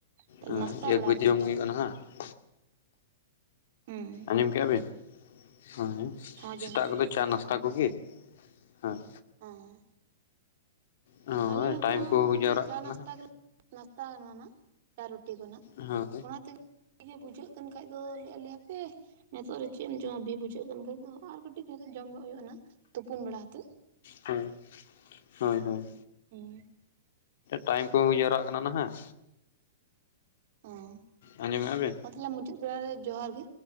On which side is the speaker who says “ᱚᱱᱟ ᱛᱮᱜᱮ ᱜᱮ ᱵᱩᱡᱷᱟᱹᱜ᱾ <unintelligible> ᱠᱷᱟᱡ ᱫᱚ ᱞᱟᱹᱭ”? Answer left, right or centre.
Right